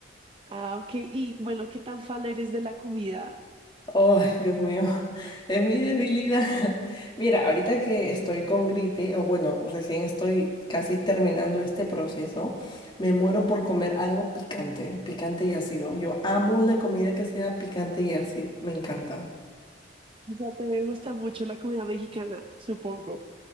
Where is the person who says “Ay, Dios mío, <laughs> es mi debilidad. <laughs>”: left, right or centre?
Left